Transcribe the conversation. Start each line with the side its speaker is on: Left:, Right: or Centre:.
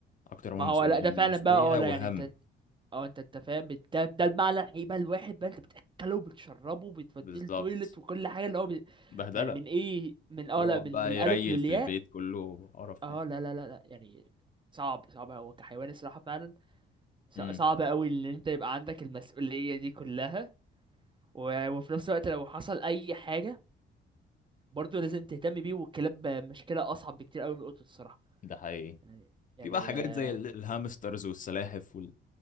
Left: اكتر ما
Right: ما
Left: هم
Right: هو
Left: مسؤوليه
Right: لا ده
Left: من
Right: فعلا
Left: المسؤوليه
Right: بقى اه لا
Left: وهم
Right: يعني انت اه انت انت فاهم بت- ده, ده المعنى الحقيقي بقى الواحد بقى انت بتاكله وبتشربه بتوديه
Left: بالظبط
Right: التويلت وكل حاجة اللي هو بي...
Left: بهدله
Right: يعني من ايه من اه
Left: بيقعد
Right: لا من
Left: بقى
Right: من الالف
Left: يريل
Right: للياء
Left: في البيت كله قرف
Right: اه
Left: يعني
Right: لا لا لا لا يعني صعب صعب هو كحيوان الصراحة فعلا ص-
Left: امم
Right: صعب قوي ان انت يبقى عندك المسؤولية دي كلها و- وفي نفس الوقت لو حصل اي حاجه برضو لازم تهتم بيه والكلاب مشكله اصعب بكتير قوي من القطط الصراحه
Left: ده حقيقي
Right: يعني يعني
Left: في بقى حاجات
Right: اه
Left: زي ال- الهامسترز والسلاحف وال...